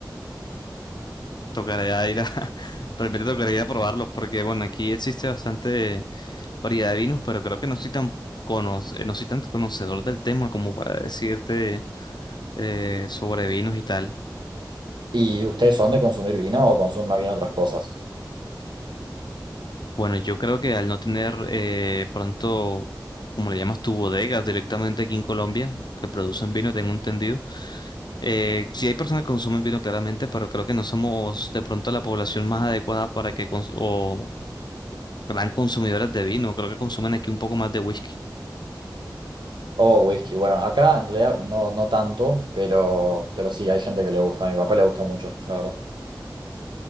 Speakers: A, on the left; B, on the right.
A: Tocaría ir a, <laughs> realmente tocaría ir a probarlos porque, bueno, aquí existe bastante variedad de vinos, pero creo que no soy tan, cono- eh, no soy tan conocedor del tema como para decirte eh, sobre vinos y tal.
B: ¿Y ustedes son de consumir vino o consumen más bien otras cosas?
A: Bueno, yo creo que al no tener eh, pronto, como le llamas tu bodega directamente aquí en Colombia, que producen vino, tengo entendido. Eh, sí hay personas que consumen vino claramente, pero creo que no somos de pronto la población más adecuada para que cons- o gran consumidores de vino, creo que consumen aquí un poco más de whisky.
B: O whisky, bueno, acá en realidad no, no tanto, pero, pero sí, hay gente que le gusta, a mi papá le gusta mucho, la verdad.